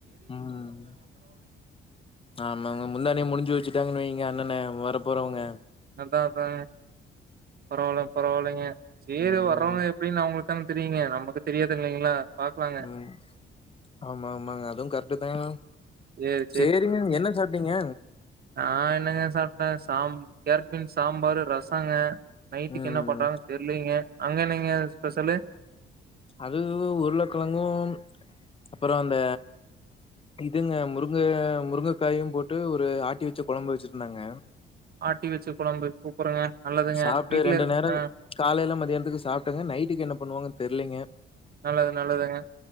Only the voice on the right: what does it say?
அதா அதா பரவாயில்ல பரவாயில்லைங்க செரி
வரோங்க எப்டின்னு அவங்களுக்கு தான் தெரியுங்க நமக்கு தெரியாது இல்லைங்களா பாக்கலாங்க.
சேரி
ஆஹ் என்னங்க சாப்ட்ட சாம் கேரட் பீன்ஸ் சாம்பாரு ரசங்க நைட்க்கு
என்ன பண்றாங்க தெர்லேங்க அங்க என்னெங்க ஸ்பெஷலலு
ஆட்டி வச்ச கொழம்பு சூப்பருங்க நல்லதுங்க
வீட்ல
இருக்கு
ஆ
நல்லது நல்லதுங்க